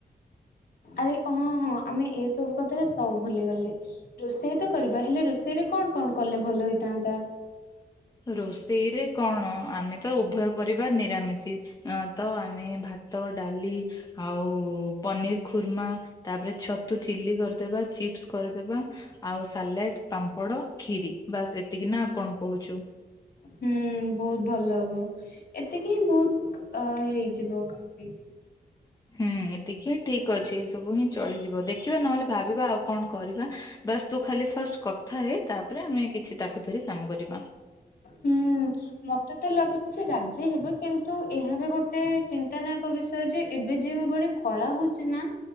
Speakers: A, on the left (about 70°); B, on the left (about 20°).
A: ଆରେ ଅଁ ହଁ ଆମେ ଏ ସବୁ କଥାରେ ସବୁ ଭୁଲିଗଲେ ରୋଷେଇ ତ କରିବା ହେଲେ ରୋଷେଇରେ କଣ କଣ କଲେ ଭଲ ହୋଇଥାନ୍ତା?
B: ରୋଷେଇରେ କଣ ଆମେ ତ ଉଭୟ ପରିବାର ନିରାମିଷି ତ ଆମେ ଭା ଭାତ ଡାଲି ଆଉ ପନିର ଖୁର୍ମା ତାପରେ ଛତୁ ଚିଲି କରିଦବା। ଚିପ୍ସ କରିଦେବା ଆଉ ସାଲାଡ଼ ପାମ୍ପଡ଼ କ୍ଷୀରି ବାସ୍ ଏତିକି ନା କଣ କହୁଛୁ।
A: ହୁଁ ବହୁତ ଭଲ ହବ ଏତିକି ହିଁ ବହୁତ ଅ ହେଇଯିବ କାଫି।
B: ହୁଁ ଏତିକି ହିଁ ଠିକ ଅଛି ଏ ସବୁ ହିଁ ଚଳିଯିବ ଦେଖିବା ନହେଲେ ଭାବିବା ଆଉ କଣ କରିବା ବାସ ତୁ ଖାଲି। ଫାର୍ଷ୍ଟ କଥା ହେ ତାପରେ ଆମେ କିଛି ତାକୁ ଧରି କାମ କରିବା।
A: ହୁଁ ମତେ ତ ଲାଗୁଛି ରାଜି ହେବେ କିନ୍ତୁ ଏହା ବି ଗୋଟେ ଚିନ୍ତାନାୟକ ବିଷୟ। ଯେ ଏବେ ଯେଉଁ ଭଳି ଖରା ହଉଛି ନା।